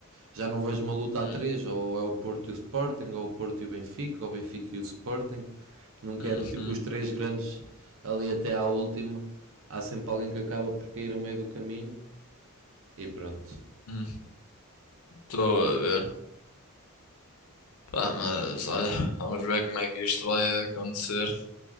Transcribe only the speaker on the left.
Hum,
uhum,
uhum. Estou a ver. Pá, mas olha, vamos ver como é que isto vai acontecer.